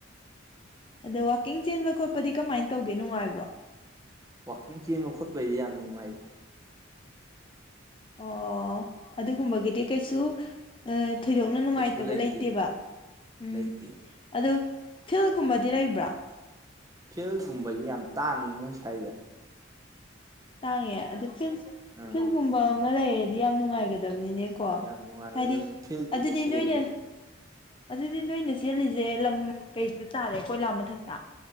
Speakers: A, on the left; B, on the right.
A: ꯑꯗ‌ꯣ ꯋꯥꯛꯀꯤꯡ ꯆꯦꯟꯕ ꯈꯣꯠꯄꯗꯤ ꯀꯃꯥꯏꯅ ꯇꯧꯒꯦ ꯅꯨꯡꯉꯥꯏꯕ꯭ꯔꯣ
B: ꯋꯥꯛꯀꯤꯡ ꯆꯦꯟꯕ ꯈꯣꯠꯄꯩꯗꯤ ꯌꯥꯝ ꯅꯨꯡꯉꯥꯏ
A: ꯑꯣ ꯑꯗꯨꯒꯨꯝꯕꯒꯤꯗꯤ ꯀꯩꯁꯨ ꯑ ꯊꯣꯏꯗꯣꯛꯅ ꯅꯨꯡꯉꯥꯏꯇꯕ
B: ꯀꯩꯁꯨ ꯂꯩꯇꯦ
A: ꯂꯩꯇꯦꯕ ꯎꯝ
B: ꯂꯩꯇꯦ
A: ꯑꯗꯨ ꯐꯤꯜꯒꯨꯝꯕꯗꯤ ꯂꯩꯕ꯭ꯔ‌ꯣ
B: ꯐꯤꯜꯒꯨꯝꯕꯁꯡꯖꯤ ꯌꯥꯝ ꯇꯥꯡꯏ ꯃꯣꯏ ꯁꯥꯏꯖ‌ꯦ
A: ꯇꯥꯡꯉꯦ ꯑꯗꯨ ꯐꯤꯜ
B: ꯑꯥ
A: ꯐꯤꯂꯝꯒꯨꯝꯕ ꯑꯃ ꯂꯩꯔꯗꯤ ꯌꯥꯝ ꯅꯨꯡꯉꯥꯏꯒꯗꯕꯅꯤꯅꯦ ꯀꯣ
B: ꯌꯥꯝ ꯅꯨꯡꯉꯥꯏꯔꯗꯕꯅꯤ
A: ꯍꯥꯏꯗꯤ
B: ꯐꯤꯜꯗꯨꯗ
A: ꯑꯗꯨꯗꯤ
B: ꯆꯦꯟꯕ
A: ꯅꯣꯏꯅ ꯑꯗꯨꯗꯤ ꯅꯣꯏꯅ ꯆꯦꯜꯂꯤꯁꯦ ꯂꯝ ꯀꯩꯗ ꯇꯥꯔꯦ ꯀꯣꯏꯂꯥ ꯃꯊꯛꯇ